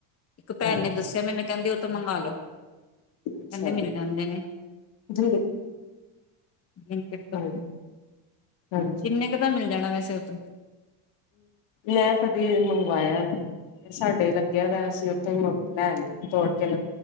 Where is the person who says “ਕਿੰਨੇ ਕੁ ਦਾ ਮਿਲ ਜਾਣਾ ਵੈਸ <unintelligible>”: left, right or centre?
Left